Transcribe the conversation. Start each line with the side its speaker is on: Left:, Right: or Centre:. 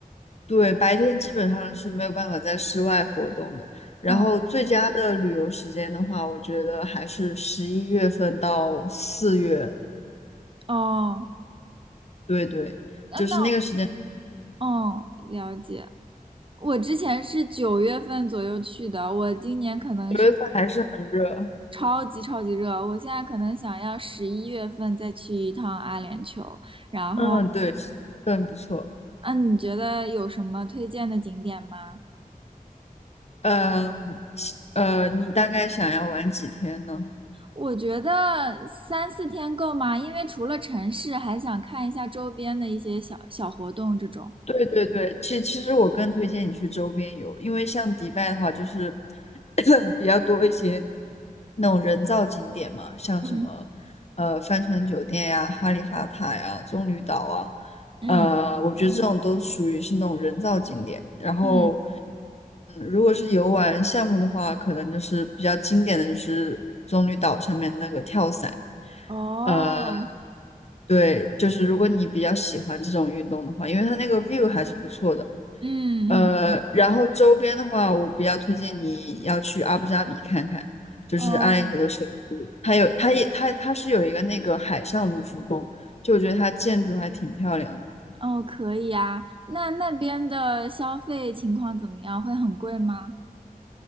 Left: 对，白天基本上是没有办法在室外活动的。然后最佳的旅游时间的话，
Right: 哦
Left: 我觉得还是十一月份到四月。
Right: 哦，
Left: 对对，
Right: 那那
Left: 就是那个时间，
Right: 哦，了解。我之前是九月份左右去的，我今年可能是。
Left: 九月份还是很热。
Right: 超级超级热，我现在可能想要十一月份再去一趟阿联酋。然后，
Left: 嗯，对，十一月份不错。
Right: 嗯，你觉得有什么推荐的景点吗？
Left: 嗯，呃，你大概想要玩几天呢？
Right: 我觉得三四天够吗？因为除了城市，还想看一下周边的一些小小活动这种。
Left: 对对对，其其实我更推荐你去周边游，因为像迪拜的话，就是 <coughs> <clears throat> 比较多一些那种人造景点嘛，像什么呃帆船酒店呀、
Right: 嗯
Left: 哈利法塔呀、棕榈岛啊，
Right: 嗯
Left: 呃，我觉得这种都属于是那种人造景点。然后
Right: 嗯，
Left: 如果是游玩项目的话，可能就是比较经典的就是棕榈岛上面的那个跳伞。
Right: 哦，
Left: 呃，对，就是如果你比较喜欢这种运动的话，因为它那个 view 还是不错的。
Right: 嗯嗯，
Left: 呃，然后周边的话，我比较推荐你要去阿布扎比看看，就是阿联酋的首都，
Right: 哦
Left: 它有，它也，它它是有一个那个海上卢浮宫，就我觉得它建筑还挺漂亮的。
Right: 哦，可以啊。那那边的消费情况怎么样？会很贵吗？